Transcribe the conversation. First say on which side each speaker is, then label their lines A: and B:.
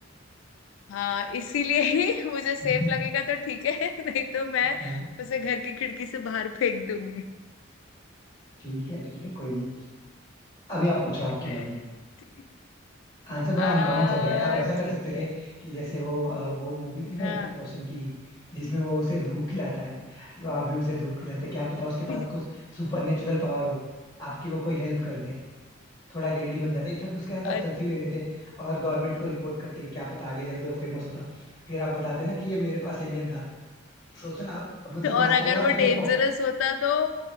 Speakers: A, on the left; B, on the left.
A: हाँ इसीलिए ही <laughs> मुझे सेफ
B: <laughs>
A: लगेगा तो ठीक है <laughs> नहीं तो मैं
B: हाँ
A: उसे घर की खिड़की से बाहर फेंक दूंगी
B: ठीक है ठीक है कोई नहीं अभी आप
A: <laughs>
B: पूछो आपकी बारी आंसर बड़ा
A: आ
B: अनकॉमन सा हो गया यार आप ऐसा कर
A: ठीक
B: सकते
A: है
B: थे कि जैसे वो अ, वो मूवी थी ना
A: हाँ
B: ऋतिक रोशन की जिसमें वो उसे धूप खिलाता है तो आप भी उसे धूप खिलाते क्या पता उसके
A: <laughs>
B: पास कुछ सुपर नेचुरल पावर हो आपकी वो कोई हेल्प कर दे थोड़ा ग्रेडी बन जाता इनफैक्ट उसके साथ
A: अ-
B: आप सेल्फी ले लेते और गवर्नमेंट को रिपोर्ट करते क्या पता आगे चल के वो फेमस होता फिर आप बताते ना कि ये मेरे पास एलियन था सोचो ना आप मतलब
A: और
B: रातों
A: अगर
B: रात
A: वो
B: एकदम
A: डेंजरस होता तो